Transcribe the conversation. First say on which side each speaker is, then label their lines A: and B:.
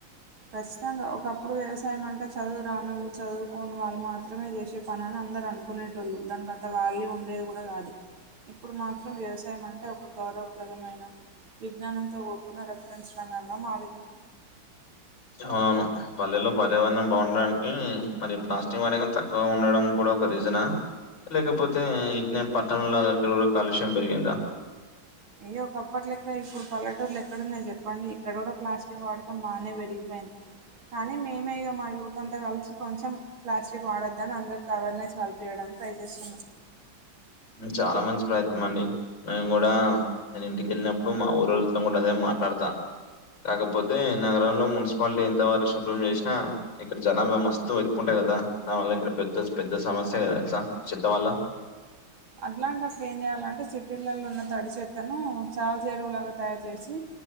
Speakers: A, on the right (about 85°); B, on the left (about 60°).
A: ఖచ్చితంగా ఒకప్పుడు వ్యవసాయం అంటే చదువు రానోళ్ళు చదువుకోని వాళ్ళు మాత్రమే చేసే పనాని అందరు అనుకునేటోళ్ళు దాని కంత వాల్యూ ఉండేది కూడా కాదు ఇప్పుడు మాత్రం వ్యవసాయం అంటే ఒక గౌరవప్రదమైన విజ్ఞానంతో కూడుకున్న రెఫరెన్స్ రంగంగా మారింది.
B: అవును, పల్లెలో పర్యావరణం బాగుండడానికి మరి ప్లాస్టిక్ వాడకం తక్కువ ఉండడం కూడా ఒక రీజనా లేకపోతే ఇట్నే పట్టణంలో లాగ అక్కడ కూడా కాలుష్యం పెరిగిందా
A: ఏ ఒకప్పట్లెక్క ఇప్పుడు పల్లెటూర్లు ఎక్కడున్నాయి చెప్పండి. ఇక్కడ కూడా ప్లాస్టిక్ వాడకం బాగానే పెరిగిపోయింది. కానీ మేమే ఇగ మా యూత్ అంతా కలిసి కొంచెం ప్లాస్టిక్ వాడొద్దని అందరికీ అవేర్నెస్ కలిపియడానికి ట్రై చేస్తున్నాను.
B: చాలా మంచి ప్రయత్నం అండి. మేము కూడా నేను ఇంటికెళ్ళినప్పుడు మా ఊరోళ్ళతో కూడా అదే మాట్లాడతా. కాకపోతే నగరంలో మున్సిపాలిటీ ఎంత వరకి శుభ్రం చేసినా ఇక్కడ జనాభా మస్తుం ఎక్కుంటది కదా దానీ వల్ల ఇక్కడ పెద్ద పెద్ద సమస్య కదా తెలుసా చెత్త వల్ల
A: అట్లాంటప్పుడు ఏం చేయాలంటే సిటీలలో ఉన్న తడి చెత్తను సహజ ఎరువులాగా తయారు చేసి